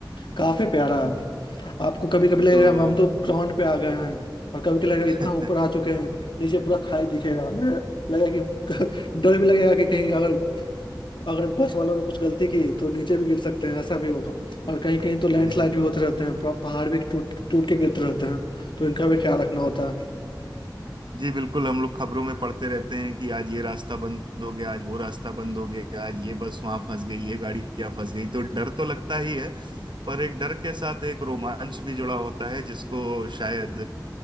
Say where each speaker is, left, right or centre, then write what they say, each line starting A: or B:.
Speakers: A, on the left; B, on the right.
A: काफी प्यारा
B: जी
A: है आपको कभी कभी लगेगा
B: तो
A: हम तो ग्राउंड पे आ गए हैं और कभी कभी लगेगा
B: <laughs>
A: इतना ऊपर आ चुके हैं नीचे पूरा खाई दिखेगा लगे- लगेगा कि <laughs> डर भी लगेगा कि कहीं अगर अगर बस वालों ने कुछ गलती की तो नीचे भी गिर सकते हैं ऐसा भी होगा और कहीं कहीं तो लैंडस्लाइड
B: नहीं
A: भी होते रहते हैं पूरा पहाड़ भी टूट टूट के गिरते रहते हैं तो इनका भी ख्याल रखना होता
B: हम्म।
A: है
B: जी बिल्कुल हम लोग खबरों में पढ़ते रहते हैं कि आज ये रास्ता बंद हो गया आज वो रास्ता बंद हो गया आज ये बस वहां फंस गई ये गाड़ी यहाँ फंस गई तो डर तो लगता ही है पर एक डर के साथ एक रोमांच भी जुड़ा होता है जिसको शायद